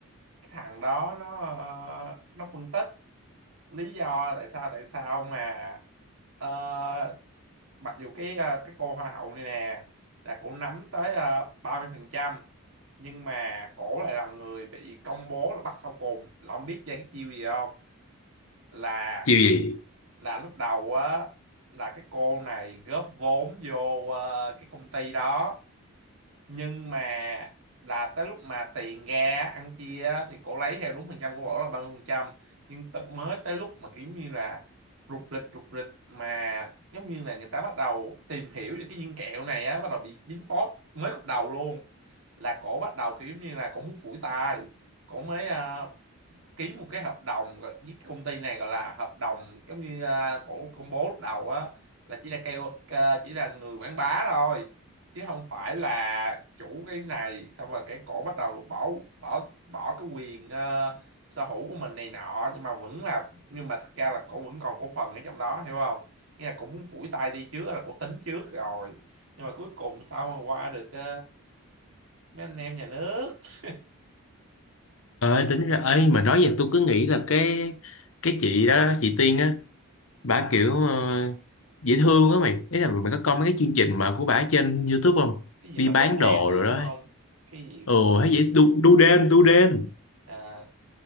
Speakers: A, on the right; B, on the left.
A: cái thằng đó nó ờ, nó phân tích lý do tại sao tại sao mà ờ, mặc dù cái ờ, cái cô hoa hậu này nè là cổ nắm tới ờ, ba mươi phần trăm nhưng mà cổ lại là người bị công bố là bắt sau cùng là không biết chơi cái chiêu gì không là
B: chiêu gì
A: là lúc đầu á là cái cô này góp vốn vô ờ, cái công ty đó nhưng mà là tới lúc mà tiền ra ăn chia á, thì cổ lấy theo đúng phần trăm của cổ là ba mươi phần trăm nhưng t- mới tới lúc mà kiểu như là rục rịch rục rịch mà giống như là người ta bắt đầu tìm hiểu về cái viên kẹo này á bắt đầu bị dính phốt mới khúc đầu luôn là cổ bắt đầu kiểu giống như là cổ muốn phủi tay cổ mới ờ, ký một cái hợp đồng gọi- với công ty này gọi là hợp đồng giống như à, cổ công bố lúc đầu á là chỉ là kêu ca- chỉ là người quảng bá thôi chứ không phải là chủ cái này xong rồi cái cổ bắt đầu bỏ bỏ bỏ cái quyền ờ, sở hữu của mình này nọ nhưng mà vẫn là nhưng mà thật ra là cổ vẫn còn cổ phần ở trong đó hiểu không nghĩa là cổ muốn phủi tay đi trước là cổ tính trước rồi nhưng mà cuối cùng sao mà qua được ờ, mấy anh em nhà nước <laughs>
B: ơi tính ra ấy mà nói vậy tôi cứ nghĩ là cái cái chị đó chị Tiên á bà kiểu ờ, dễ thương á mày ý là mày có coi mấy cái chương trình mà của bà trên YouTube không
A: cái gì
B: đi
A: mà
B: bán
A: đem đem
B: đồ
A: gì
B: rồi
A: đúng
B: đó
A: không cái gì
B: ừ hay vậy đu, đu đêm đu đêm
A: à,